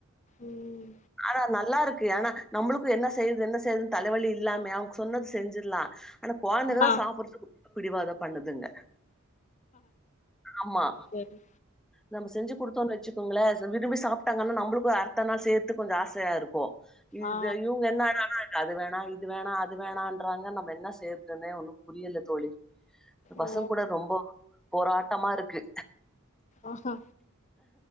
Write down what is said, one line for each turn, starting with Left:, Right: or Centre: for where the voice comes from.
Left: ம்
Centre: ஆனா நல்லா இருக்கு. ஆனா நம்பளுக்கு என்ன செய்யறது என்ன செய்யறதுன்னு தலவலி இல்லாம அவங்க சொன்னது செஞ்சிர்லா. ஆனா கொழந்தைகதா
Left: ஆ
Centre: சாப்படுறதுக்கு பிடிவாதோ பண்ணுதுங்க. ஆமா
Left: சரி
Centre: நம்ம செஞ்சு குடுத்தோன்னு வச்சு க்கோங்களே சா விரும்பி சாப்ட்டாங்கன்னா நம்பளுக்கு அ டுத்த நாள் செய்றுத்துக்கு கொஞ்ச ஆசயா இருக்கு. இது
Left: ஆ
Centre: இவங்க என்னாடான்னா அது வேணா இது வேணா அது வேணான்றாங்க நம்ப என்ன செய்யறதுன்னே ஒன்னு புரியல தோழி. பசங்
Left: ஓ
Centre: கூட ரொம்போ போராட்டமா இருக்கு.
Left: ஆஹா